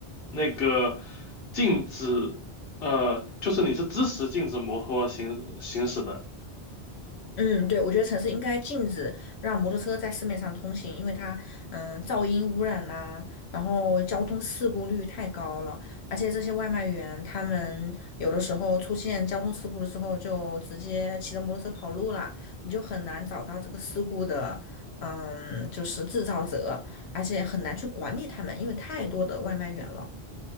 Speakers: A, on the left (about 65°); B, on the left (about 80°).
A: 那个禁止呃，就是你是支持禁止摩托行行驶的。
B: 嗯，对，我觉得城市应该禁止让摩托车在市面上通行，因为它，嗯，噪音污染啦、然后交通事故率太高了，而且这些外卖员他们有的时候出现交通事故的时候，就直接骑着摩托车跑路了，你就很难找到这个事故的，嗯，就是制造者，而且很难去管理他们，因为太多的外卖员了。